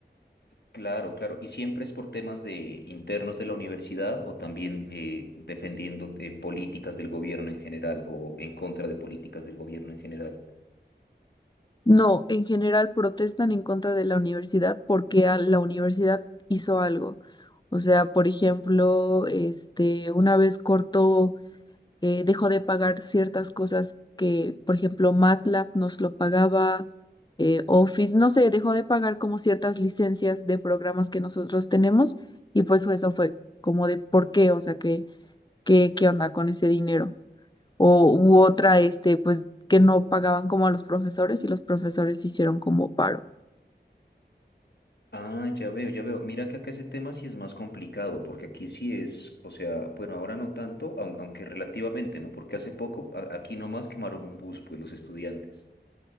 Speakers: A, on the left (about 70°); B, on the left (about 25°).
A: Claro, claro. ¿Y siempre es por temas de internos de la universidad o también eh, defendiendo eh, políticas del gobierno en general o en contra de políticas del gobierno en general?
B: No, en general protestan en contra de la universidad porque a- la universidad hizo algo. O sea, por ejemplo, este, una vez cortó eh, dejó de pagar ciertas cosas que, por ejemplo, MATLAB nos lo pagaba, eh, Office, no sé, dejó de pagar como ciertas licencias de programas que nosotros tenemos y pues eso fue como de por qué, o sea, qué, qué, qué onda con ese dinero. O u otra, este, pues que no pagaban como a los profesores y los profesores hicieron como paro.
A: Ah, ya veo, ya veo. Mira que acá ese tema sí es más complicado, porque aquí sí es, o sea, bueno, ahora no tanto, aun- aunque relativamente, ¿no? Porque hace poco a- aquí nomás quemaron un bus, pues los estudiantes.